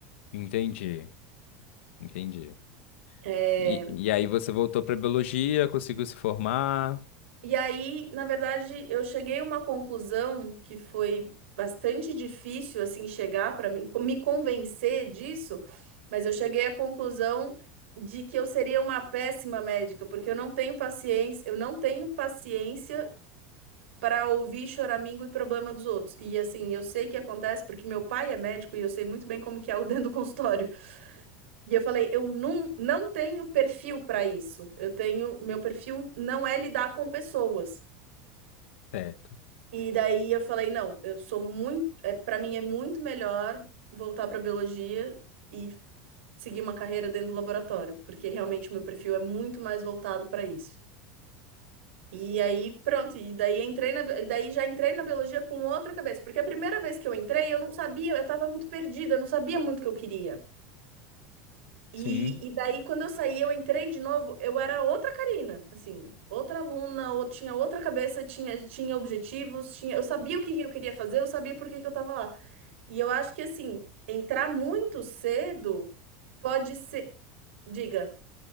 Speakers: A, on the left; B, on the right.
A: Entendi, entendi.
B: É,
A: E, e aí você voltou para biologia, conseguiu se formar,
B: E aí, na verdade, eu cheguei a uma conclusão que foi bastante difícil assim chegar para mim, me convencer disso, mas eu cheguei à conclusão de que eu seria uma péssima médica, porque eu não tenho paciência, eu não tenho paciência para ouvir choramingo e problema dos outros. E assim, eu sei que acontece porque meu pai é médico e eu sei muito bem como que é o <laughs> dentro do consultório. E eu falei, eu não, não tenho perfil para isso. Eu tenho, meu perfil não é lidar com pessoas.
A: certo?
B: E daí eu falei, não, eu sou muito, é, para mim é muito melhor voltar para biologia e seguir uma carreira dentro do laboratório, porque realmente meu perfil é muito mais voltado para isso. E aí, pronto, e daí entrei na, e daí já entrei na biologia com outra cabeça, porque a primeira vez que eu entrei, eu não sabia, eu estava muito perdida, eu não sabia muito o que eu queria. E,
A: Sim.
B: e daí, quando eu saí, eu entrei de novo, eu era outra Karina, assim, outra aluna, ou tinha outra cabeça, tinha, tinha objetivos, tinha, eu sabia o que que eu queria fazer, eu sabia por que que eu tava lá. E eu acho que, assim, entrar muito cedo pode ser. Diga.